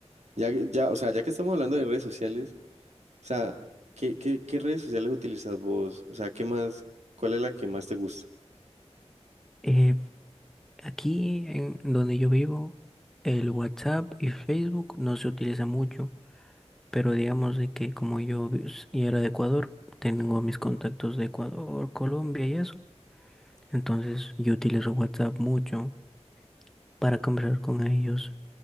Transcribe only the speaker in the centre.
Eh, aquí en donde yo vivo, el WhatsApp y Facebook no se utiliza mucho, pero digamos de que como yo vi- y era de Ecuador, tengo mis contactos de Ecuador, Colombia y eso. Entonces yo utilizo WhatsApp mucho para conversar con ellos